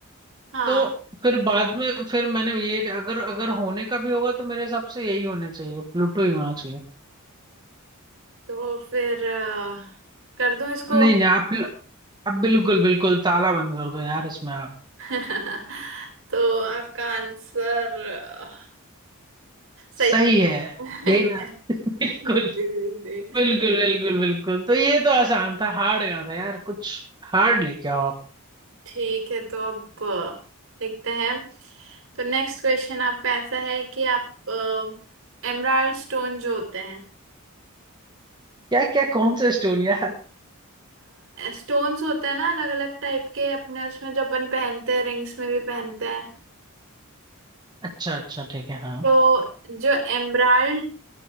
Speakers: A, on the right; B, on the right.
A: हाँ
B: तो फिर बाद में फिर मैंने ये अगर अगर होने का भी होगा तो मेरे हिसाब से यही होना चाहिए प्लूटो ही होना चाहिए
A: तो फिर अ, कर दूं इसको
B: नहीं नहीं आप आप बिल्कुल बिल्कुल ताला बंद कर दो यार इसमें आप
A: <laughs> तो आपका आंसर अ, सही
B: सही
A: है
B: है
A: <laughs>
B: यही ना <laughs> बिल्कुल
A: जी जी जी जी।
B: बिल्कुल बिल्कुल बिल्कुल तो ये तो आसान था हार्ड का था यार कुछ हार्ड लेके आओ आप
A: ठीक है तो अब अ, देखते हैं तो नेक्स्ट क्वेश्चन आपका ऐसा है कि आप एमराल्ड स्टोन जो होते हैं
B: क्या क्या कौन सा स्टोन यार
A: स्टोन्स होते हैं ना अलग अलग टाइप के अपने उसमें जो अपन पहनते हैं रिंग्स में भी पहनते हैं
B: अच्छा अच्छा ठीक है हाँ
A: तो जो एमराल्ड